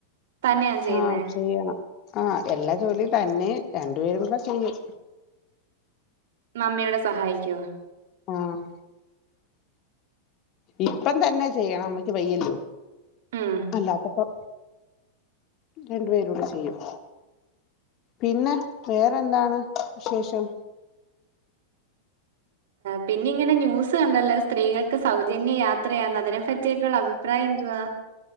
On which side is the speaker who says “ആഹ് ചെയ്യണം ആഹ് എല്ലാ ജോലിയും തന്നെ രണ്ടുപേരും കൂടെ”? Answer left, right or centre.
Left